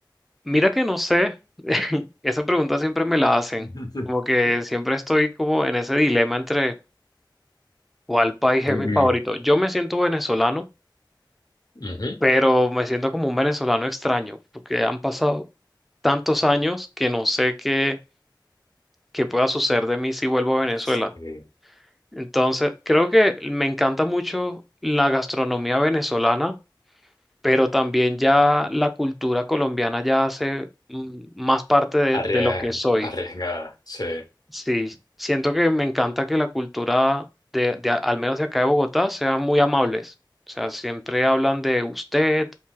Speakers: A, in the centre; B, on the left.
A: Mira que no sé, <laughs> esa pregunta siempre me la hacen,
B: <laughs>
A: como que siempre estoy como en ese dilema entre cuál país es
B: Mm,
A: mi favorito. Yo me siento venezolano,
B: ujú.
A: pero me siento como un venezolano extraño, porque han pasado tantos años que no sé qué, qué pueda suceder de mí si vuelvo a Venezuela.
B: Sí.
A: Entonces, creo que me encanta mucho la gastronomía venezolana, pero también ya la cultura colombiana ya hace mm, más parte de
B: Arrie-
A: de lo que soy.
B: Arriesgada, sí.
A: Sí, siento que me encanta que la cultura de, de a- al menos de acá de Bogotá, sean muy amables. O sea, siempre hablan de usted,